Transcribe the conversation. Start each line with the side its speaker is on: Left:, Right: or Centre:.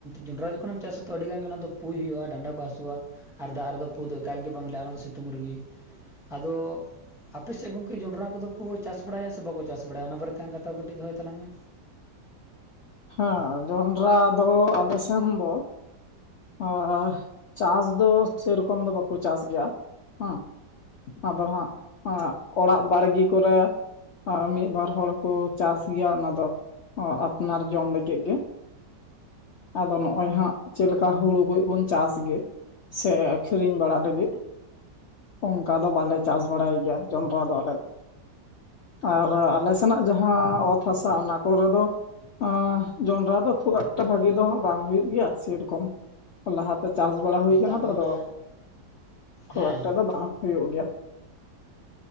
Centre: ᱡᱚᱱᱰᱽᱨᱟ ᱡᱚᱠᱷᱚᱱᱮᱢ ᱪᱟᱥ ᱟᱛᱚ ᱟᱹᱰᱤ ᱜᱟᱱ ᱜᱮ ᱚᱱᱟᱫᱚ ᱯᱩᱭ ᱦᱩᱭᱩᱜᱼᱟ, ᱰᱟᱸᱰᱟ ᱠᱚ ᱦᱟᱥᱩᱣᱟ᱾ ᱟᱨ ᱫᱟᱜᱽ ᱨᱮᱫᱚ ᱯᱩ ᱫᱚ ᱮᱠᱟᱞ ᱜᱮ ᱵᱟᱝ ᱞᱟ ᱟ ᱚᱱᱟᱫᱚ ᱥᱤᱛᱩᱝ ᱨᱮᱜᱤ ᱟᱫᱚ ᱟᱯᱮ ᱥᱮᱫ ᱜᱚᱝᱠᱮ ᱡᱚᱸᱰᱽᱨᱟ ᱠᱚᱫᱚ ᱠᱚ ᱪᱟᱥ ᱵᱟᱲᱟᱭᱟ ᱥᱮ ᱵᱟᱠᱚ ᱪᱟᱥ ᱵᱟᱲᱟᱭᱟ ᱚᱱᱟ ᱵᱟᱨᱮᱛᱮ ᱦᱟᱸᱜ ᱠᱟᱛᱷᱟ ᱠᱚ ᱠᱟᱹᱴᱤᱡᱽ ᱫᱚᱦᱚᱭ ᱛᱟᱞᱟᱝ ᱢᱮ᱾
Left: ᱦᱮᱸ ᱡᱚᱱᱰᱽᱨᱟ ᱫᱚ ᱟᱞᱮ ᱥᱮᱱ ᱫᱚ ᱟ ᱦᱟ ᱪᱟᱥ ᱫᱚ ᱥᱮᱨᱚᱠᱚᱢ ᱫᱚ ᱵᱟᱠᱚ ᱪᱟᱥ ᱜᱮᱭᱟ ᱦᱮᱸ ᱟᱫᱚ ᱦᱟᱸᱜ ᱚᱲᱟᱜ ᱵᱟᱲᱜᱤ ᱠᱚᱨᱮ ᱟᱸ ᱢᱤᱫ ᱵᱟᱨ ᱦᱚᱲ ᱠᱚ ᱪᱟᱥ ᱜᱮᱭᱟ ᱚᱱᱟᱫᱚ ᱚ ᱟᱯᱱᱟᱨ ᱡᱚᱢ ᱞᱟᱹᱜᱤᱫ ᱜᱮ ᱟᱫᱚ ᱱᱚᱜᱼᱚᱭ ᱦᱟᱸᱜ ᱪᱮᱫ ᱠᱟ ᱦᱩᱲᱩ ᱠᱚᱵᱚᱱ ᱪᱟᱥ ᱜᱮ ᱥᱮ ᱟᱸᱠᱷᱨᱤᱧ ᱵᱟᱲᱟ ᱞᱟᱹᱜᱤᱫ ᱚᱝᱠᱟ ᱫᱚ ᱵᱟᱞᱮ ᱪᱟᱥ ᱵᱟᱲᱟᱭ ᱜᱮᱭᱟ ᱡᱚᱱᱰᱽᱨᱟ ᱫᱚ ᱟᱞᱮ ᱫᱚ ᱟᱨ ᱟᱞᱮ ᱥᱮᱱᱟᱜ ᱡᱟᱦᱟᱸ ᱚᱛ ᱦᱟᱥᱟ ᱚᱱᱟ ᱠᱚᱨᱮ ᱫᱚ ᱟᱸ ᱡᱚᱸᱰᱽᱨᱟ ᱫᱚ ᱠᱷᱩᱵ ᱮᱠᱴᱟ ᱵᱷᱟᱜᱤ ᱫᱚ ᱦᱟᱸᱜ ᱵᱟᱝ ᱦᱩᱭᱩᱜ ᱜᱮᱭᱟ ᱥᱮᱨᱚᱠᱚᱢ ᱞᱟᱦᱟᱛᱮ ᱪᱟᱥ ᱵᱟᱲᱟ ᱦᱩᱭ
Centre: ᱢᱮᱛᱟᱜ
Left: ᱠᱟᱱᱟ
Centre: ᱢᱮ
Left: ᱛᱚ ᱟᱫᱚ
Centre: ᱚᱱᱟ
Left: ᱠᱷᱩᱵ
Centre: ᱦᱮᱸ
Left: ᱮᱠᱴᱟ ᱫᱚ ᱵᱟᱝ ᱦᱩᱭᱩᱜ ᱜᱮᱭᱟ᱾